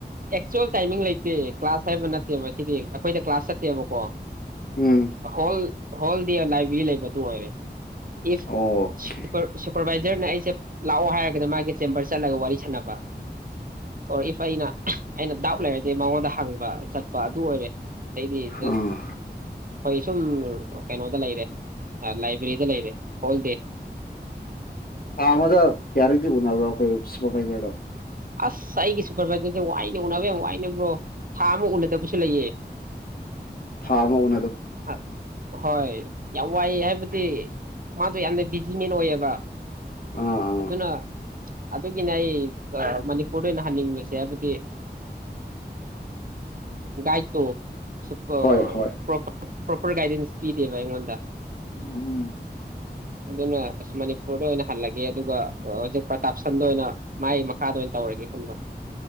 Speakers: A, on the right; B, on the left.
A: ꯑꯦꯛꯆꯨꯋꯦꯜ ꯇꯥꯏꯃꯤꯡ ꯂꯩꯇꯦ ꯀ꯭ꯂꯥꯁ ꯍꯥꯏꯕ ꯅꯠꯇꯦ ꯃꯁꯤꯗꯤ ꯑꯩꯈꯣꯏꯗ ꯀ꯭ꯂꯥꯁ ꯆꯠꯇꯦꯕꯀꯣ
B: ꯎꯝ
A: ꯍꯣꯜ ꯍꯣꯜꯗꯤ ꯂꯥꯏꯕ꯭ꯔꯦꯔꯤ ꯂꯩꯕꯗꯨ ꯑꯣꯏꯔꯦ ꯏꯐ
B: ꯑꯣꯀꯦ
A: ꯁꯄꯔꯕꯥꯏ ꯑꯩꯁꯦ ꯂꯥꯛꯑꯣ ꯍꯥꯏꯔꯒꯗꯤ ꯃꯥꯒꯤ ꯆꯦꯝꯕꯔ ꯆꯠꯂꯒ ꯋꯥꯔꯤ ꯁꯅꯕ ꯑꯣ ꯏꯐ ꯏꯅꯥ ꯑꯩꯅ ꯗꯥꯎ ꯂꯩꯕꯗꯤ ꯃꯉꯣꯟꯗ ꯍꯪꯕ ꯆ ꯑꯗꯨ ꯑꯣꯏꯔꯦ ꯑꯩꯗꯤ ꯖꯁ
B: ꯑꯥ
A: ꯑꯩꯈꯣꯏ ꯁꯨꯝ ꯀꯩꯅꯣꯗ ꯂꯩꯔꯦ ꯂꯥꯏꯕ꯭ꯔꯦꯔꯤꯗ ꯂꯩꯔꯦ ꯍꯣꯜꯗꯤ
B: ꯊꯥ ꯑꯃꯗ ꯀꯌꯥꯔꯤꯛꯇꯗꯤ ꯎꯅꯕ꯭ꯔꯣ ꯑꯩꯈꯣꯏ ꯁꯨꯄꯔꯚꯥꯏꯖꯔꯗ
A: ꯑꯁ ꯑꯩꯒꯤ ꯁꯨꯄꯔꯚꯥꯏꯖꯔꯁꯦ ꯋꯥꯏꯅ ꯎꯅꯕ ꯌꯥꯝ ꯋꯥꯏꯅꯕ꯭ꯔꯣ ꯊꯥ ꯑꯃ ꯎꯅꯗꯕꯁꯨ ꯂꯩꯌꯦ
B: ꯊꯥꯕ ꯑꯣ
A: ꯑ ꯍꯣꯏ ꯌꯥꯝ ꯋꯥꯏꯑ ꯍꯥꯏꯕꯗꯤ ꯃꯥꯗꯣ ꯌꯥꯝꯅ ꯕꯤꯖꯤꯃꯦꯟ ꯑꯣꯏꯌꯦꯕ
B: ꯑꯥ ꯑꯥ
A: ꯑꯗꯨ ꯑꯗꯨꯅ ꯑꯗꯨꯒꯤꯅꯦ ꯑꯩ ꯃꯅꯤꯄꯨꯔꯗ ꯑꯣꯏꯅ ꯍꯟꯅꯤꯡꯕꯁꯦ ꯍꯥꯏꯕꯗꯤ ꯒꯥꯏꯇꯣ ꯣ
B: ꯍꯣꯏ ꯍꯣꯏ
A: ꯄ꯭ꯔꯣꯄꯔ ꯒꯥꯏꯗꯦꯟꯁ ꯄꯤꯗꯦꯕ ꯑꯩꯉꯣꯟꯗ
B: ꯎꯝ
A: ꯑꯗꯨꯅ ꯃꯅꯤꯄꯨꯔꯗ ꯑꯣꯏꯅ ꯍꯜꯂꯒꯦ ꯑꯗꯨꯒ ꯍꯧꯖꯤꯛ ꯄ꯭ꯔꯇꯥꯞꯁꯟꯗ ꯑꯣꯏꯅ ꯃꯥꯒꯤ ꯃꯈꯥꯗ ꯑꯣꯏꯅ ꯇꯧꯔꯒꯦ ꯈꯟꯕ